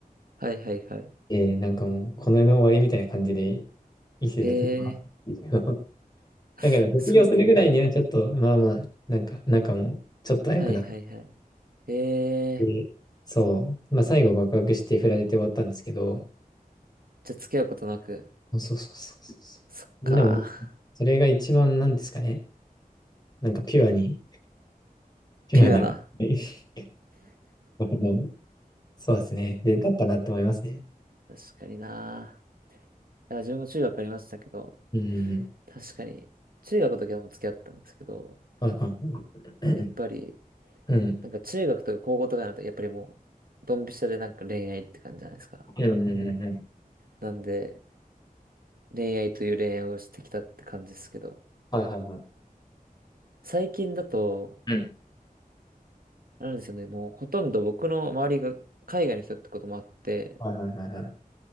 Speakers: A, on the right; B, on the left.
A: はいはいはい。
B: えー、なんかもう、この世の終わりみたいな感じで生きてた時は、
A: へえ、
B: <laughs>
A: <laughs>
B: だけど、卒業するぐらいにはちょっと、
A: そうなんだ。
B: まあまあ、なんか、仲もちょっと早くなっ
A: はいはいはい。へえ、
B: て、そう、まあ最後告白して振られて終わったんですけど、
A: じゃあ付き合うことなく。
B: そうそうそうそうそう。
A: そっか。
B: みんなも、
A: <laughs>
B: それが一番なんですかね、なんかピュアに、ピュアな、
A: ピュアな。
B: <laughs> あのそうですね、で、だったなって思いますね。
A: 確かにな。いや、自分も中学ありましたけど、
B: うん。
A: 確かに、中学の時はもう付き合ったんですけど、
B: はいはいはい。
A: やっぱり、
B: うん。うん。
A: なんか中学とか高校とかになると、やっぱりもう、ドンピシャでなんか恋愛って感じじゃないですか。
B: うん。うん。うんうん
A: なんで、恋愛という恋愛をしてきたって感じですけど、
B: はいはいはい。
A: 最近だと、
B: うん。
A: なんですよね。もうほとんど僕の周りが海外の人ってこともあって、
B: はいはいはいはい。